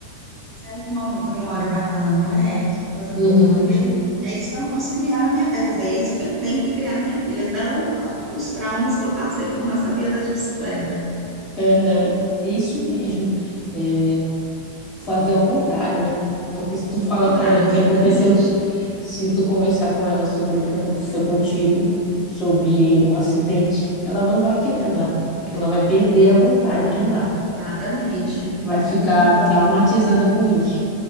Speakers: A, on the right (about 15°); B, on the left (about 30°).
A: pois é, que mo- memória bacana, né? Que coisa boa.
B: Uhum,
A: E aí, é isso que eu não posso criar na minha, é, quer dizer, é isso que eu tenho que criar na minha filha, não ah, os traumas que eu passei por não saber andar de bicicleta.
B: aham, é Isso mesmo. É, fazer ao contrário, né? Porque se
A: Mas
B: tu
A: o
B: falar
A: contrário,
B: para ela
A: exatamente.
B: que aconteceu, se tu conversar com ela sobre o que aconteceu contigo, sobre o acidente, ela não vai querer andar. Ela vai perder a vontade de andar.
A: Exatamente.
B: Vai ficar
A: Muito bom.
B: traumatizada com isso.